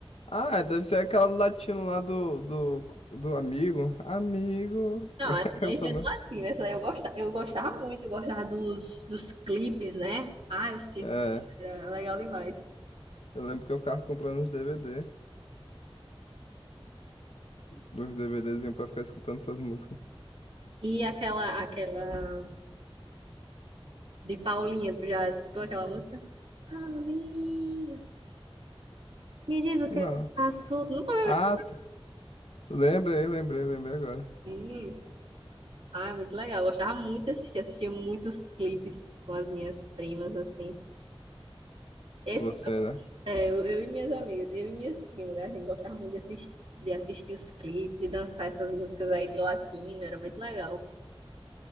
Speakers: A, on the left (about 90°); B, on the right (about 75°).
A: Ah, deve ser aquela do latino lá do, do, do amigo. Amigo.
B: Não,
A: <laughs>
B: essa
A: Essa,
B: aí é
A: né?
B: do latino. Essa aí eu gostava, eu gostava muito. Eu gostava dos, dos clipes, né? Ah, os clipes.
A: É.
B: Era legal demais.
A: Eu lembro que eu ficava comprando os DVD, os DVDzinhos pra ficar escutando essas músicas.
B: E aquela, aquela De Paulinha, tu já escutou aquela música? Paulinha, me diz o que
A: Não.
B: é que passou. Tu Nunca ouviu
A: Ah,
B: essa?
A: t- lembrei, lembrei, lembrei agora.
B: Hum. Ah, é muito legal. Eu gostava muito de assistir. Assistia muitos clipes com as minhas primas, assim. Esse,
A: Você, né?
B: é, eu, eu e minhas amigas, eu e minhas primas, né? A gente gostava muito de assistir, de assistir os clipes, de dançar essas músicas aí de latino. Era muito legal.